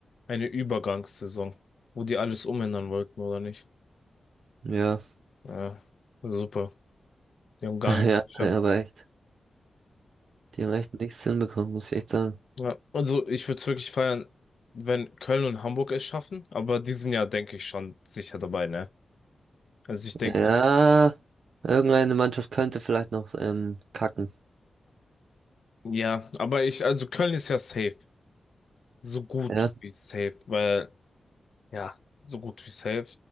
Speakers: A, on the left (about 70°); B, on the right (about 75°).
A: eine Übergangssaison, wo die alles umändern wollten, oder nicht?
B: Ja,
A: Ja, super. Die haben gar
B: <laughs>
A: nichts
B: ja,
A: geschafft.
B: aber echt. Die haben echt nichts hinbekommen, muss ich echt sagen.
A: Ja, also ich würde es wirklich feiern, wenn Köln und Hamburg es schaffen, aber die sind ja, denke ich, schon sicher dabei, ne? Also ich denke,
B: Ja, irgendeine Mannschaft könnte vielleicht noch ähm, kacken.
A: ja, aber ich, also Köln ist ja safe, so gut
B: Ja,
A: wie safe, weil, ja, so gut wie safe.